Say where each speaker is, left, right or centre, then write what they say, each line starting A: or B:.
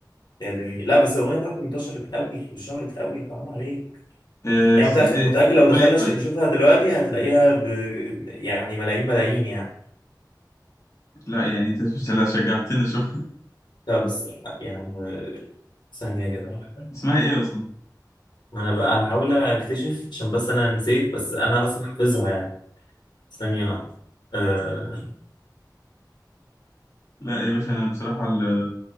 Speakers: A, on the left (about 80°); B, on the left (about 40°).
A: يعني لا بس الأغنية بتاعته انتشرت قوي وشهرت قوي حرام عليك
B: إيه
A: يعني
B: س-
A: متأخ-
B: إيه
A: متأكد
B: بتقول
A: لو دخلنا
B: ايه طيب
A: ش- نشوفها دلوقتي هتلاقيها ب... يعني ملايين ملايين يعني
B: لا يعني انت <laughs> مش لا شجعتني اشوف
A: لا بس يعني ثانية كده واحدة
B: <laughs> اسمها ايه اصلا
A: ما أنا بقى هحاول أكتشف عشان بس أنا نسيت بس أنا أصلا حافظها يعني ثانية واحدة أه...
B: لا يا باشا انا بصراحة ال-